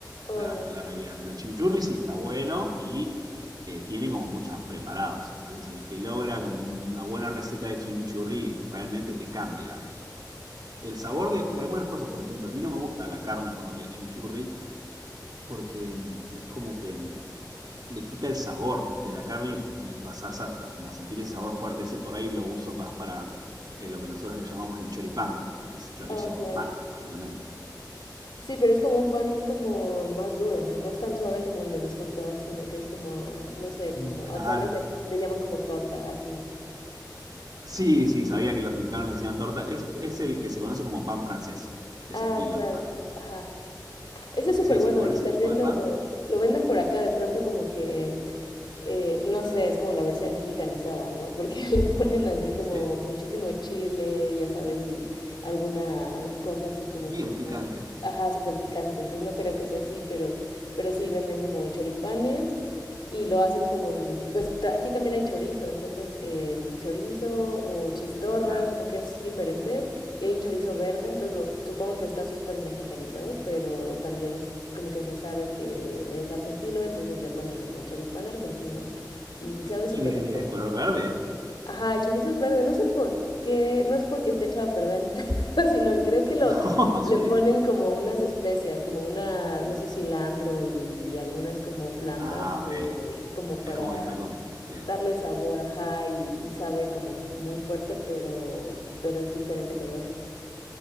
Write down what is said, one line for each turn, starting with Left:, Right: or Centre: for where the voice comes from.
Left: Oh,
Right: la,
Left: ya.
Right: la realidad. Pero el chimichurri sí está bueno y eh, tiene como muchos preparados. Entonces, el que logra como una buena receta de chimichurri realmente te cambia el, el sabor de, de algunas cosas. Por ejemplo, a mí no me gusta la carne ponerle chimichurri porque mm, es como que mm, le quita el sabor de la carne y, y pasás a, a como sentir ese sabor fuerte. Ese por ahí lo uso más para eh, lo que nosotros le llamamos el choripán, que es chorizo
Left: Ah,
Right: con
Left: claro.
Right: pan, básicamente.
Left: Sí, pero es como un pan como más duro, ¿no? No es tan suave como el de los hot dogs, sino que es como, no sé,
Right: Mm,
Left: como
Right: claro.
Left: acá le, llam- le llaman como torta aquí.
Right: Sí, sí, sabía que los mexicanos le decían torta. Es, es el que se conoce como pan francés, ese
Left: Ah,
Right: estilo
Left: claro.
Right: de pan.
Left: Ajá. Ese es súper
Right: Sí,
Left: bueno
Right: sí, con
Left: y
Right: ese
Left: también
Right: tipo de
Left: lo,
Right: pan,
Left: lo venden por acá, de pronto como que, eh, no sé, es como la versión mexicanizada, ¿no? Porque <laughs> le ponen así como
Right: sí,
Left: muchísimo chile, ya sabes, y alguna cosa así como
Right: bien
Left: que más,
Right: picante,
Left: ajá, súper picante. Entonces no creo que sea así, pero, pero sí venden como choripanes y lo hacen con, pues ta- aquí también hay chorizo, entonces em, chorizo o chistorra,
Right: claro.
Left: como que es diferente. Y hay un chorizo verde, entonces lo, supongo que está súper mexicanizado, pero también es como que se sabe que es argentino, entonces le ponen como choripán argentino. Y sabe súper
Right: ¿Y bien-
Left: rico.
Right: y es de color verde?
Left: Ajá, el chorizo es verde, no sé por qué, no es porque esté echado a perder ni <laughs> nada, sino creo que lo
Right: <laughs>
Left: le
Right: Yo
Left: ponen
Right: digo,
Left: como unas especias, como una, no sé, cilantro y algunas como plantas
Right: ah, ok,
Left: que, como para
Right: es como que está con... Bien.
Left: darle el sabor, ajá, y, y sabe como muy fuerte, pero, pero es diferente color.